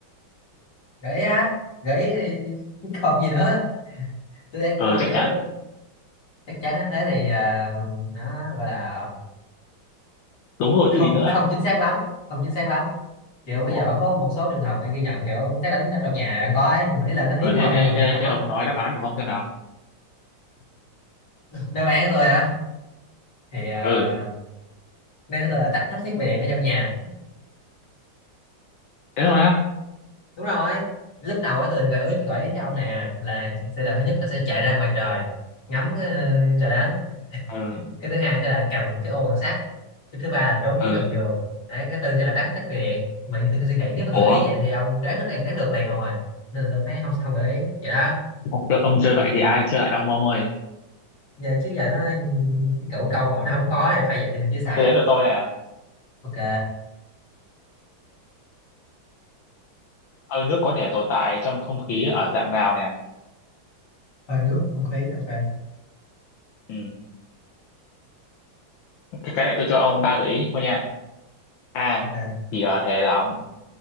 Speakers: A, on the left (about 55°); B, on the left (about 70°).
A: gợi ý á gợi ý thì chứ <laughs> còn gì nữa tôi đang
B: ờ
A: nói
B: chắc
A: kiểu
B: chắn
A: chắc chắn á. thế thì à, nó gọi là
B: đúng rồi
A: không
B: chứ gì nữa
A: không chính xác lắm không chính xác lắm kiểu bây
B: ủa
A: giờ vẫn có một số trường hợp bị ghi nhận kiểu xét đánh trong nhà vẫn có ấy nhưng mà ý là nó hiếm
B: ờ thế
A: thôi
B: thế
A: nhưng mà vẫn
B: thế
A: có
B: thế ông nói đáp án của ông xem nào
A: đáp án của tôi á thì à,
B: ừ
A: đáp án của tôi là tắt hết thiết bị điện ở trong nhà
B: thế thôi á
A: đúng rồi lúc đầu á tôi định gợi ý gợi ý cho ông nè là sẽ là thứ nhất là sẽ chạy ra ngoài trời ngắm ờ, trời đánh
B: ừ
A: cái thứ hai sẽ là cầm cái ô bằng sắt cái thứ ba là trốn
B: ừ
A: dưới gầm giường đấy cái tư sẽ là tắt hết thiết bị điện mà như tôi suy nghĩ nếu mà tôi
B: ủa
A: gợi ý vậy thì ông đoán đoán, đoán được liền rồi nên là tôi mới không không gợi ý vậy đó
B: ông chơi ông chơi vậy thì ai chơi lại ông ông ơi
A: Vậy chứ giờ nó cái cậu câu hỏi nó không khó thì phải vậy thì chứ sao
B: tới
A: giờ
B: đến lượt tôi nè
A: ok
B: hơi nước có thể tồn tại trong không khí ở dạng nào nè
A: hơi nước không khí ok
B: ừ. cái cái này tôi cho ông ba gợi ý thôi nha a
A: ok
B: chỉ ở thể lỏng